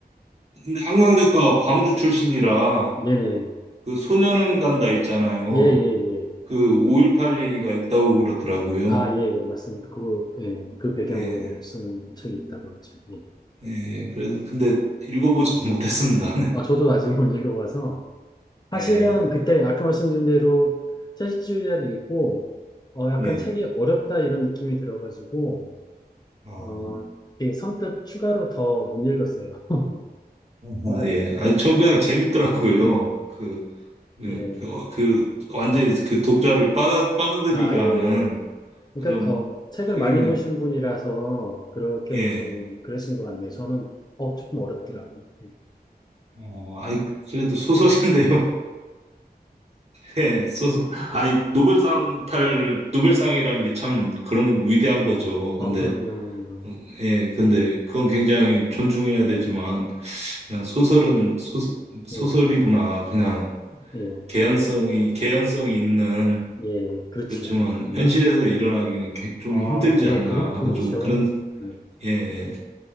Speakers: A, on the right; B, on the left.
A: 근데 한강대학과 광주 출신이라
B: 네네.
A: 그 소년은 간다 있잖아요.
B: 예, 예, 예.
A: 그 5.18 얘기가 있다고 그러더라고요.
B: 아, 예, 예, 맞습니다. 그, 예, 그 배경으로
A: 예.
B: 쓴 책이 있다고 하죠. 예.
A: 예. 그래서 근데 읽어보지 <laughs> 못했습니다. 네.
B: 아, 저도 아직 못 읽어봐서. 사실은
A: 예.
B: 그때 아까 말씀드린 대로 채식주의자를 읽고, 어, 약간
A: 예.
B: 책이 어렵다 이런 느낌이 들어가지고,
A: 아,
B: 어, 예, 선뜻 추가로 더 못 읽었어요. <laughs>
A: 아,
B: 근데요,
A: 예. 아니 전 그냥 재밌더라고요.
B: 음,
A: 그, 그,
B: 예,
A: 그, 어, 그 완전히 그 독자를 빨아 빨아들이게
B: 아, 예,
A: 하는
B: 예. 그러니까,
A: 그런
B: 어, 책을
A: 그
B: 많이
A: 힘이
B: 보신 분이라서 그렇게
A: 예.
B: 좀 그러신 것 같네요. 저는, 어, 조금 어렵더라고요. 예.
A: 어, 아이, 그래도 소설인데요. 네, 소서아니 노벨상 탈 노벨상이라는 게 참 그런 위대한 거죠.
B: 아,
A: 근데
B: 그럼요.
A: 어, 예, 근데 그건 굉장히 존중해야 되지만 그냥 소설은 소, 소설이구나.
B: 예, 예,
A: 그냥
B: 예,
A: 개연성이 개연성이 있는
B: 예, 그렇죠.
A: 그렇지만 현실에서
B: 예, 예.
A: 일어나기는 게- 좀
B: 아,
A: 힘들지
B: 예,
A: 않나.
B: 그렇, 그렇죠.
A: 좀 그런
B: 예.
A: 예,